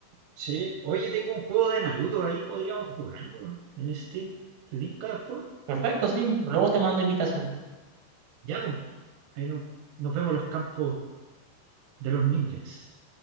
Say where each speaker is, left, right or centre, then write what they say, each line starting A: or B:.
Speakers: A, on the right (about 80°); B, on the right (about 70°).
A: Sí, oye, tengo un juego de Naruto ahí, podríamos jugarlo en Steam. ¿Te tinca después?
B: Perfecto, sí, luego te mando invitación.
A: Ya, pues. Ahí no, nos vemos en los campos de los ninjas.